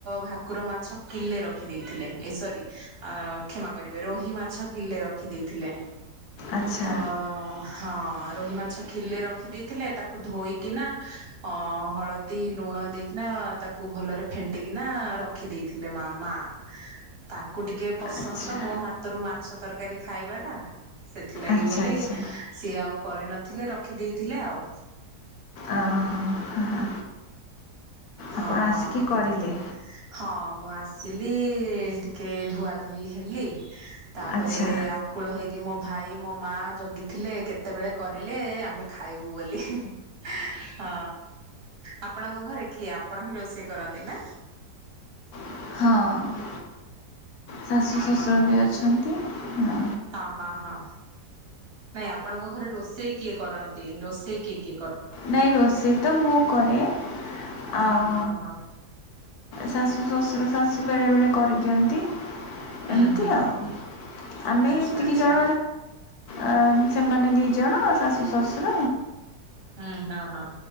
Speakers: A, on the right (about 40°); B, on the left (about 70°).
A: ଭାକୁର ମାଛ କିଲେ ରଖିଦେଇଥିଲେ। ଏସରି, କ୍ଷମା କରିବେ। ରୋହି ମାଛ କିଲେ ରଖିଦେଇଥିଲେ।
B: ଆଚ୍ଛା
A: ତ ହଁ, ରୋହି ମାଛ କିଲେ ରଖି ଦେଇେଇଥିଲେ। ତାକୁ ଧୋଇକିନା ଅ ହଳଦୀ ଲୁଣ ଦେଇକିନା ତାକୁ ଭଲରେ ଫେଣ୍ଟିକିନା ରଖି ଦେଇେଥିଲେ ମାମା। ତାଙ୍କୁ ଟିକେ ପସନ୍ଦ
B: ଆଚ୍ଛା
A: ତ ମୋ ହାତରୁ ମାଛ ତରକାରୀ ଖାଇବାଟା। ସେଥିଲାଗି
B: ଆଚ୍ଛା
A: ବୋଲି
B: ଆଚ୍ଛା
A: ସିଏ ଆଉ କରିନଥିଲେ। ରଖି ଦେଇେଇଥିଲେ ଆଉ।
B: ଓହୋ
A: ହଁ,
B: ଆପଣ
A: ହଁ
B: ଆସିକି
A: ହଁ
B: କରିଲେ
A: ହ ହଁ। ମୁଁ ଆସିଲି ଟିକେ ଧୁଆ ଧୋଇ ହେଲି। ତାପରେ
B: ଆଚ୍ଛା
A: ଆକୁଳ ହେଇକି ମୋ ଭାଇ ମୋ ମା ଜଗିଥିଲେ, କେତେବେଳେ କରିଲେ ଆମେ ଖାଇବୁ ବୋଲି। ହଁ। ଆ ଆପଣଙ୍କ ଘରେ କିଏ ଆପଣ ହିଁ ରୋଷେଇ କରନ୍ତି ନା?
B: ହଁ। ଶାଶୁ ଶଶୁର
A: ହଁ ହଁ
B: ବି ଅଛନ୍ତି। ହୁଁ।
A: ହଁ <inaudible> ନାଇଁ ଆପଣଙ୍କ ଘରେ ରୋଷେଇ କିଏ କରନ୍ତି? ରୋଷେଇ କିଏ କି?
B: ନାଇଁ ରୋଷେଇ ତ ମୁଁ କରେ। ଆଉ
A: ହଁ ହଁ ହଁ
B: ଶାଶୁ ଶଶୁର ଶାଶ ଶୁ ବେଳେବେେଳେ କରିଦିଅନ୍ତି।
A: ହୁଁ
B: ଏମିତି
A: ହୁଁ ହୁଁ
B: ଆଉ।
A: ହୁଁ
B: ଆମେ
A: ଆଚ୍ଛା
B: ଏତିକି
A: ଆଚ୍ଛା
B: ଜଣ ଆ ସେମାନେ ଦି ଜଣ ଶାଶୁଶ ଶଶୁର।
A: ହୁଁ ହଁ ହଁ।